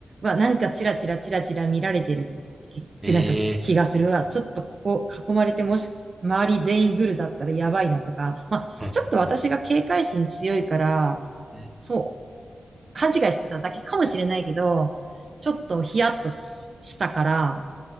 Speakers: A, on the right; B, on the right.
A: は、なんかチラチラチラチラ見られてる、
B: ええ
A: きなんか気がするわ。ちょっとここ囲まれて、もし、周り全員グルだったらやばいなとか、まあ、
B: うんうん
A: ちょっと私が警戒心強いから、
B: うん。
A: そう、勘違いしてただけかもしれないけど、ちょっとヒヤッとししたから、